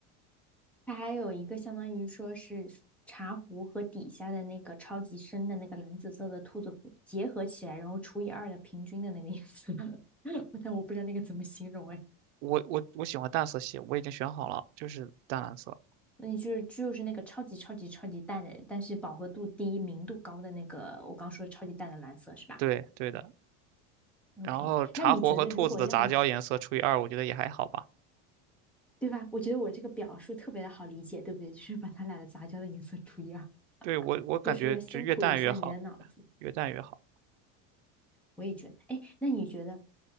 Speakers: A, in the centre; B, on the right.
A: 它还有一个相当于说是茶壶和底下的那个超级深的那个蓝紫色的兔子壶结合起来，然后除以二的平均的那个颜色，<laughs> 但我不知道那个怎么形容哎，
B: 我我我喜欢淡色系，我已经选好了，就是淡蓝色。
A: 那你就是就是那个超级超级超级淡的，但是饱和度低、明度高的那个，我刚说的超级淡的蓝色是吧
B: 对对的。然后茶壶和兔子的杂交颜色除以二，
A: ？OK，那你觉得如果要买，
B: 我觉得也还好吧。
A: 对吧？我觉得我这个表述特别的好理解，对不对？就是把它俩的杂交的颜色除以二，
B: 对，我我感觉就越淡越好，
A: 就是要辛苦一下你的脑子。
B: 越淡越好。
A: 我也觉得，哎，那你觉得